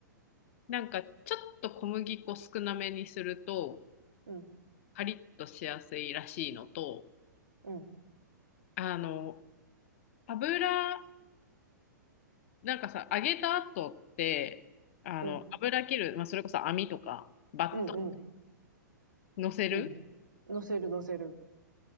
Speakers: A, on the left (about 45°); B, on the right (about 75°).
A: なんか、ちょっと小麦粉少なめにすると、
B: うん、
A: カリッとしやすいらしいのと、
B: うん、
A: あの、油、なんかさ、揚げた後って、あの、
B: うん、
A: 油切る、まあ、それこそ網とか、バット
B: うん、うん、
A: 乗せる。
B: うん。乗せる、乗せる。